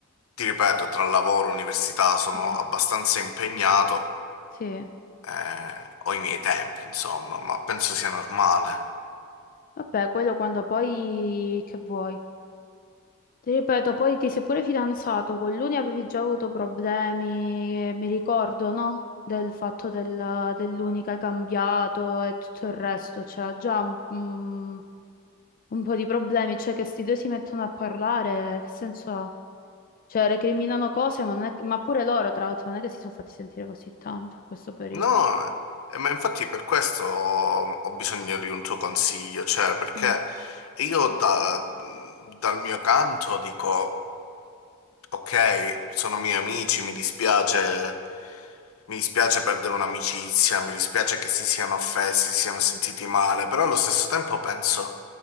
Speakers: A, on the left; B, on the left.
A: Ti ripeto, tra lavoro e università sono
B: Sì,
A: abbastanza impegnato,
B: sì.
A: eh, ho i miei tempi, insomma, ma penso sia normale.
B: Vabbè, quello quando poi che vuoi. Ti ripeto, poi ti sei pure fidanzato, con l'Uni avevi già avuto problemi, eh, mi ricordo, no? Del fatto del, dell'Uni che hai cambiato e tutto il resto, c'era già un, mm, un po' di problemi, cioè che sti due si mettono a parlare, che senso ha? Cioè, recriminano cose, ma, non è- ma pure loro, tra l'altro, non è che si sono fatti sentire così tanto in questo periodo.
A: No, eh, ma infatti per questo ho, ho bisogno di un tuo consiglio, cioè perché
B: Mm.
A: io da- dal mio canto dico, ok, sono miei amici, mi dispiace, mi dispiace perdere un'amicizia, mi dispiace che si siano offesi, si siano sentiti male, però allo stesso tempo penso...